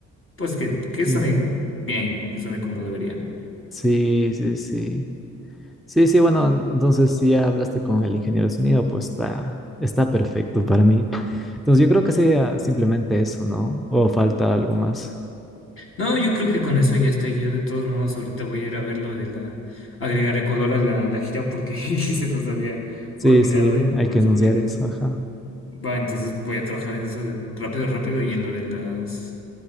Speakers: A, on the left; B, in the centre.
A: pues, que, que
B: Claro.
A: suene bien, ¿no? Que suene como debería.
B: Sí, sí, sí. Sí, sí, bueno, entonces si ya hablaste con el ingeniero de sonido, pues está, está perfecto para mí. Entonces yo creo que sería simplemente eso, ¿no? O falta algo más.
A: No, yo creo que con eso ya está. Yo de todos modos ahorita voy a ir a ver lo de la agregar Ecuador a la, a la gira porque <laughs> se nos había
B: Sí,
A: olvidado
B: sí,
A: y me
B: hay
A: parece
B: que anunciar
A: buena idea.
B: eso, ajá.
A: Va, entonces voy a trabajar en eso de rápido, rápido y en lo de las